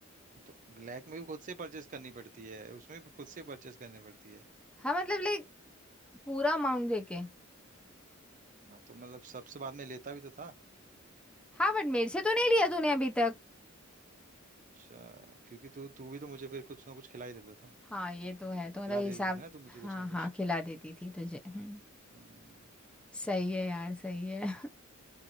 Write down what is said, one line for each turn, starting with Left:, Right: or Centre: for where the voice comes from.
Right: तो ब्लैक में भी खुद से परचेस करनी पड़ती है उसमें भी खुद से परचेस करनी पड़ती है
Centre: हाँ मतलब लाइक पूरा अमाउंट देके
Right: हाँ, तो मतलब सबसे बाद में लेता भी तो था
Centre: हाँ बट मेरे से तो नहीं लिया तूने अभी तक
Right: अच्छा, क्योंकि तू तू भी तो मुझे फिर कुछ ना कुछ खिला ही देता था
Centre: हाँ ये तो है तो मतलब
Right: खिला
Centre: हिसाब
Right: देती थी ना तू
Centre: हाँ
Right: मुझे कुछ ना
Centre: हाँ
Right: कुछ
Centre: खिला देती थी तुझे हम्म
Right: हम्म
Centre: सही है यार सही है